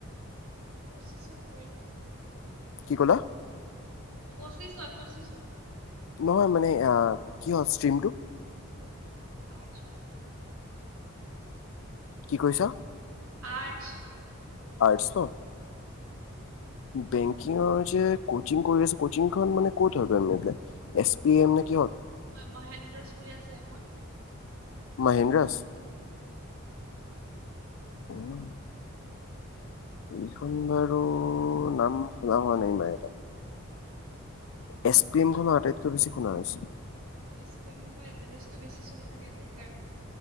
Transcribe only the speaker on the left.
কি ক'লা?
নহয় মানে কি হয় ষ্ট্ৰীমটো
কি কৈছ?
আৰ্ট অ
বেংকিংৰ যে কচিং কৰি আছে কচিং খ মান ক'ত হয়? এছ পি এম নে কিহত?
মহাহেন্দ্ৰাস।
উম। ইখন বাৰু নাম শুনা হোৱা নাই ইমান এটা
এছ পি এম খনৰ আটাইতকৈ বেছি শুনা হৈছে।